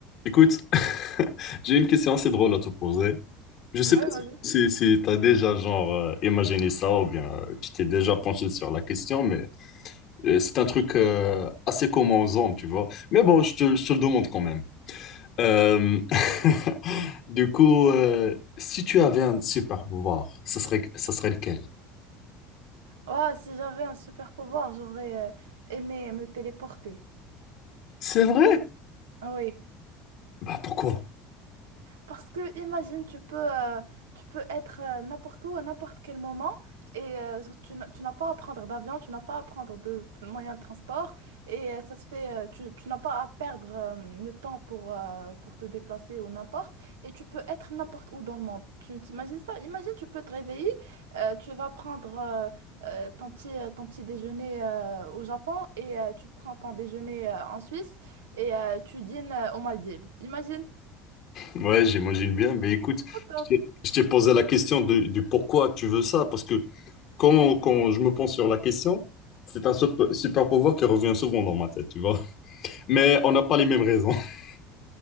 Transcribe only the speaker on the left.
Écoute, <laughs> j'ai une question assez drôle à te poser. Je sais
pas
si, si, tu as déjà genre euh, imaginé ça ou bien euh, tu t'es déjà penché sur la question, mais euh, c'est un truc euh, assez commun aux hommes, tu vois. Mais bon, je te, je te le demande quand même. Euh, <laughs> du coup, euh, si tu avais un super pouvoir, ça serait, ça serait lequel?
C'est vrai?
Bah pourquoi?
Ouais, j'imagine bien, mais écoute,
je t'ai je t'ai posé la question de, du pourquoi tu veux ça, parce que quand, quand je me pense sur la question, c'est un sup- super pouvoir qui revient souvent dans ma tête, tu vois. Mais on n'a pas les mêmes raisons. <laughs>